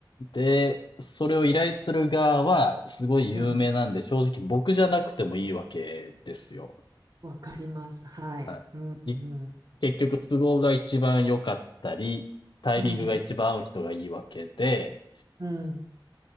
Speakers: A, on the left; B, on the right.
A: で、それを依頼する側はすごい有名なんで、
B: うん。うん
A: 正直僕じゃなくてもいいわけですよ。
B: わかります。はい。
A: はいい
B: うんうん
A: 結局都合が一番良かったり、タイミングが一番合う人がいいわけで、
B: うんうんうん